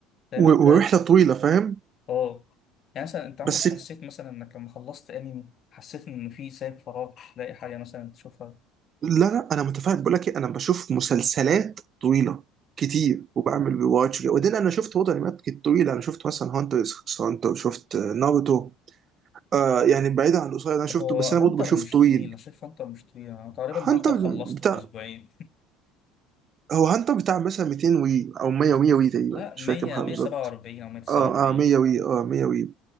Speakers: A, on the left (about 50°); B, on the right (about 45°).
A: فاهم
B: ورحله
A: انت
B: طويله فاهم
A: اه يعني مثلا انت عمرك
B: بس
A: حسيت مثلا انك لما خلصت انمي حسيت ان في سايب فراغ مش لاقي حاجه مثلا تشوفها
B: لا لا انا متفاهم بقول لك إيه، انا بشوف مسلسلات طويله كتير وبعمل ريواتش وبعدين انا شفت برضه انميات كت- طويله انا شفت مثلا هانتر x هانتر شفت آه، ناروتو آه يعني بعيدا عن القصير اللي انا شفته
A: هو
B: بس
A: هانتر
B: انا برضه بشوف
A: مش
B: طويل
A: طويل انا شايف هانتر مش طويل انا تقريبا
B: هانتر
A: هانتر خلصته
B: بتاع
A: في اسبوعين
B: هو هانتر بتاع مثلا 200 وي او 100 100 وي تقريبا
A: <laughs> لا
B: مش
A: 100
B: فاكر كام حلقه
A: 147
B: بالظبط
A: او 149
B: اه اه 100 وي اه 100 وي